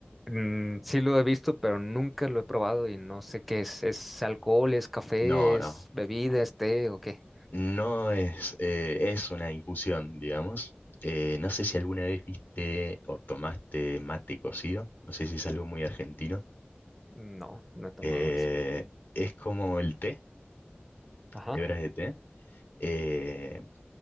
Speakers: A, in the centre; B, on the left.
A: Mm, sí lo he visto, pero nunca lo he probado y no sé qué es. ¿Es alcohol, es café,
B: No, no.
A: es bebida, es té o qué?
B: No es, eh, es una infusión, digamos. Eh, no sé si alguna vez viste o tomaste mate cocido. No sé si es algo muy argentino.
A: No, no he tomado
B: Eh,
A: eso.
B: es como el té,
A: Ajá.
B: hebras de té. eh,